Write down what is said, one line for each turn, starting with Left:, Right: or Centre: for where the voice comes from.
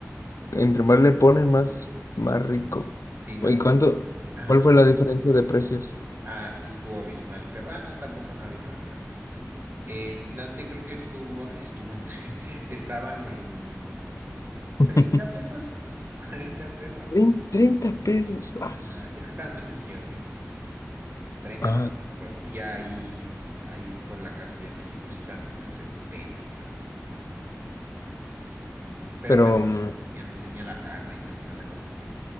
Left: Entre más le ponen, más, más rico.
Right: Sí, ¿no?
Left: ¿Y cuánto?
Right: Ajá.
Left: ¿Cuál fue la diferencia de precios?
Right: Ah, sí, estuvo abismal, creo. Bueno, tampoco no abismal, pero en Tlalte creo que estuvo, estuvo, <laughs> estaban en
Left: <laughs>
Right: 30 pesos, <laughs> 40 pesos.
Left: Trein- 30 pesos. as.
Right: Ajá, Es que estaban muy sencillos, muy sencillos. 30,
Left: Ah,
Right: 40 no me acuerdo. Y ya ahí, ahí por la casa, allá en México, sí estaban como en 70 creo. Pero
Left: Pero,
Right: bueno,
Left: mm,
Right: tenían- tenía la carne y no sé qué tanta cosa tenía.